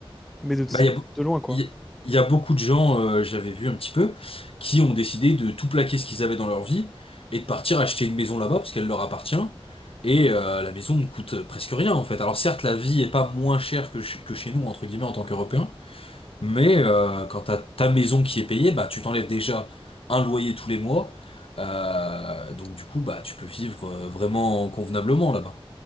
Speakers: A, in the centre; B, on the left (about 65°).
A: mais de,
B: Bah, il y a, beau-
A: de loin, quoi.
B: il y- il y a beaucoup de gens, euh, j'avais vu un petit peu, qui ont décidé de tout plaquer ce qu'ils avaient dans leur vie et de partir acheter une maison là-bas parce qu'elle leur appartient. Et euh, la maison ne coûte presque rien en fait. Alors certes, la vie est pas moins chère que, ch- que chez nous, entre guillemets, en tant qu'Européens, mais euh, quand t'as ta maison qui est payée, bah tu t'enlèves déjà un loyer tous les mois. Euh, donc du coup, bah tu peux vivre euh, vraiment convenablement là-bas.